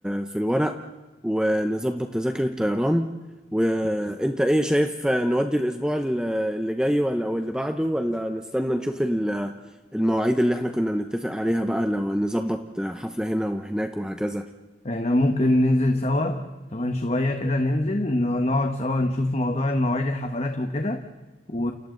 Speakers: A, in the centre; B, on the left.
A: في الورق ونظبط تذاكر الطيران وانت ايه شايف نودي الاسبوع ال- اللي جاي ولا او اللي بعده ولا نستنى نشوف ال- المواعيد اللي احنا كنا بنتفق عليها بقى لو نظبط حفلة هنا وهناك وهكذا
B: احنا ممكن ننزل سوا كمان شوية كده ننزل ن- نقعد سوا نشوف موضوع المواعيد الحفلات وكده و...